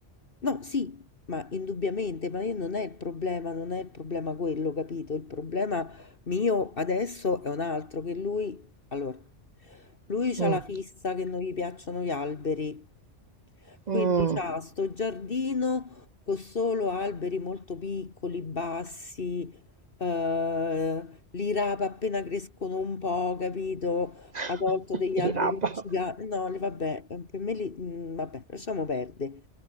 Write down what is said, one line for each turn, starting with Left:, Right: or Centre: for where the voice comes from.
Left: No, sì, ma indubbiamente, ma io non è il problema, non è il problema quello, capito? Il problema mio adesso è un altro, che lui, allora, lui c'ha
Right: Mm.
Left: la fissa che non gli piacciono gli alberi.
Right: Mm.
Left: Quindi c'ha sto giardino con solo alberi molto piccoli, bassi, eh, li rapa appena crescono un po', capito?
Right: <laughs>
Left: Ha tolto degli
Right: Gli
Left: alberi
Right: rapa.
Left: giganti. No, li- vabbè, per me li, mm, vabbè, lasciamo perdere.